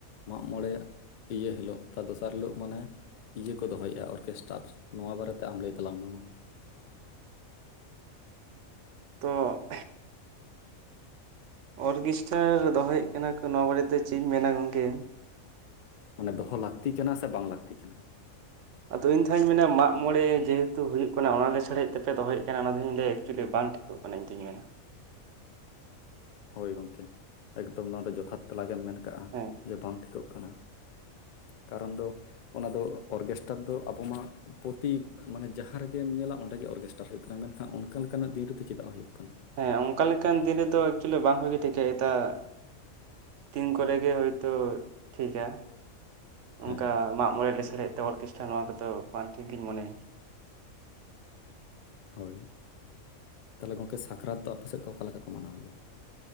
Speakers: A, on the left (about 65°); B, on the right (about 65°).
A: ᱢᱟᱜ ᱢᱚᱬᱮ ᱤᱭᱟᱹ ᱦᱤᱞᱳᱜ ᱛᱟᱨ ᱫᱚᱥᱟᱨ ᱦᱤᱞᱳᱜ ᱢᱟᱱᱮ ᱤᱭᱟᱹ ᱠᱚ ᱫᱚᱦᱚᱭᱮᱫᱼᱟ ᱚᱨᱠᱮᱥᱴᱟᱨ ᱱᱚᱣᱟ ᱵᱟᱨᱮᱛᱮ ᱟᱢ ᱞᱟᱹᱭ ᱛᱟᱞᱟᱝ ᱢᱮ ᱢᱟ
B: ᱛᱚ ᱚᱨᱜᱮᱥᱴᱟᱨ ᱫᱚᱦᱚᱭᱮᱫ ᱠᱟᱱᱟ ᱠᱚ ᱱᱚᱣᱟ ᱵᱟᱨᱮᱛᱮ ᱪᱮᱫ ᱤᱧ ᱢᱮᱱᱟ ᱜᱚᱝᱠᱮ
A: ᱢᱟᱱᱮ ᱫᱚᱦᱚ ᱞᱟᱹᱠᱛᱤ ᱠᱟᱱᱟ ᱥᱮ ᱵᱟᱝ ᱞᱟᱹᱠᱛᱤ ᱠᱟᱱᱟ
B: ᱟᱫᱚ ᱤᱧ ᱫᱚᱦᱟᱜ ᱢᱮᱱᱟ ᱢᱟᱜ ᱢᱚᱬᱮ ᱡᱮᱦᱮᱛᱩ ᱦᱩᱭᱩᱜ ᱠᱟᱱᱟ ᱚᱱᱟ ᱞᱮᱥᱟᱲ ᱛᱮᱯᱮ ᱫᱚᱦᱚᱭᱮᱫ ᱠᱟᱱᱟ ᱚᱱᱟ ᱫᱚᱧ ᱞᱟᱹᱭᱟ ᱮᱠᱪᱩᱭᱞᱤ ᱵᱟᱝ ᱢᱟᱱᱮ ᱤᱧᱛᱩᱧ ᱢᱮᱱᱟ
A: ᱦᱳᱭ ᱜᱚᱢᱠᱮ ᱮᱠᱫᱚᱢ ᱱᱚᱣᱟ ᱫᱚ ᱡᱚᱛᱷᱟᱛ ᱛᱮᱞᱟ ᱜᱮᱢ ᱢᱮᱱ ᱠᱟᱜᱼᱟ
B: ᱦᱮᱸ
A: ᱡᱮ ᱵᱟᱝ ᱴᱷᱤᱠᱚᱜ ᱠᱟᱱᱟ ᱠᱟᱨᱚᱱ ᱫᱚ ᱚᱱᱟ ᱫᱚ ᱚᱨᱜᱮᱥᱴᱟᱨ ᱫᱚ ᱟᱵᱚ ᱢᱟ ᱯᱚᱛᱤ ᱢᱟᱱᱮ ᱡᱟᱦᱟᱸ ᱨᱮᱜᱮᱢ ᱧᱮᱞᱟ ᱚᱸᱰᱮ ᱜᱮ ᱚᱨᱜᱮᱥᱼᱼ ᱴᱟᱨ ᱦᱩᱭᱩᱜ ᱠᱟᱱᱟ ᱢᱮᱱᱠᱷᱟᱱ ᱚᱱᱠᱟ ᱞᱮᱠᱟᱱᱟᱜ ᱫᱤᱱ ᱨᱮᱫᱚ ᱪᱮᱫᱟᱜ ᱦᱩᱭᱩᱜ ᱠᱟᱱᱟ
B: ᱦᱮᱸ ᱚᱱᱠᱟ ᱞᱮᱠᱟᱱ ᱫᱤᱱ ᱨᱮᱫᱚ ᱮᱠᱪᱩᱭᱮᱞᱤ ᱵᱟᱝ ᱦᱩᱭ ᱜᱮ <unintelligible> <inaudible> ᱛᱤᱱ ᱠᱚᱨᱮ ᱜᱮ ᱦᱳᱭᱛᱳ ᱴᱷᱤᱠᱟ
A: ᱦᱮᱸ
B: ᱚᱱᱠᱟ ᱢᱟᱜ ᱢᱚᱬᱮ ᱞᱮᱥᱟᱲ ᱦᱮᱫ ᱛᱮ ᱚᱨᱠᱮᱥᱴᱟᱨ ᱱᱚᱣᱟ ᱠᱚᱫᱚ ᱵᱟᱝ ᱴᱷᱤᱠ ᱜᱤᱧ ᱢᱚᱱᱮᱭᱟ
A: ᱦᱳᱭ ᱛᱟᱦᱚᱞᱮ ᱜᱚᱢᱠᱮ ᱥᱟᱠᱨᱟᱛ ᱫᱚ ᱟᱯᱮ ᱥᱮᱫ ᱫᱚ ᱚᱠᱟ ᱞᱮᱠᱟ ᱠᱚ ᱢᱟᱱᱟᱣ ᱜᱮᱭᱟ